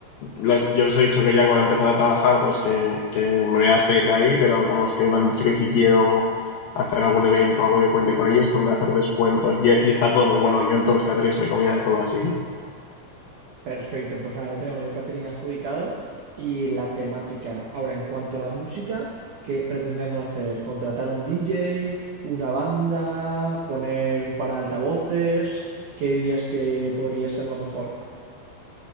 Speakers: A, on the left; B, on the right.
A: las- yo les he dicho que ya cuando empezar a trabajar, pues que, que me voy a salir de ahí, pero vamos, que me han dicho que si quiero hacer algún evento, algo que cuente con ellos, que me van a hacer descuento. Y, y está todo muy bueno. Yo en todos los caterings me comía de todo, así que.
B: Perfecto, pues nada, ya tenemos el catering adjudicado y la temática. Ahora, en cuanto a la música, ¿qué pretendemos hacer? ¿Contratar un DJ, una banda, poner un par de altavoces? ¿Qué dirías que podría ser lo mejor?